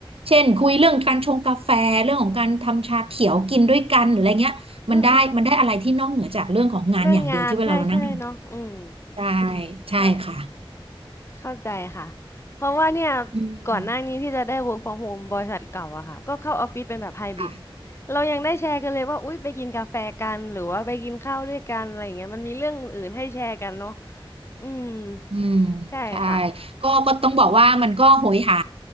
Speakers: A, on the right; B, on the left.
A: เช่นคุยเรื่องการชงกาแฟเรื่องของการทำชาเขียวกินด้วยกันหรืออะไรเงี้ยมันได้มันได้อะไรที่นอกเหนือจากเรื่องของงานอย่างเดียวที่เวลาเรานั่งท
B: อืมอืมเรื่องงานใช่ใช่เนาะอืม
A: ำใช่ใช่ค่ะ
B: เข้าเข้าใจค่ะ เพราะว่าเนี่ย
A: อืม
B: ก่อนหน้านี้ที่จะได้ work from home บริษัทเก่าอะค่ะ ก็เข้าออฟฟิศเป็นแบบไฮบริด
A: ค่ะ
B: เรายังได้แชร์กันเลยว่าอุ๊ยไปกินกาแฟกันหรือว่าไปกินข้าวด้วยกันอะไรอย่างเงี้ยมันมีเรื่องอื่นๆให้แชร์กันเนาะอืม
A: อืม
B: ใช่ค่ะ
A: ใช่ก็ก็ต้องบอกว่ามันก็โหยหา